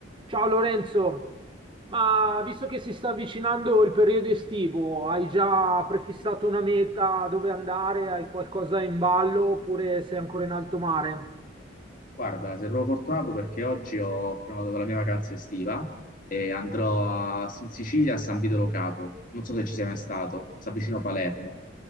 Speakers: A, on the right; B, on the left.
A: Ciao Lorenzo, ma visto che si sta avvicinando il periodo estivo, hai già prefissato una meta dove andare? Hai qualcosa in ballo oppure sei ancora in alto mare?
B: Guarda, sembro fortunato perché oggi ho prenotato la mia vacanza estiva e andrò a, in Sicilia a San Vito Lo Capo. Non so se ci sei mai stato, si avvicino a Palermo.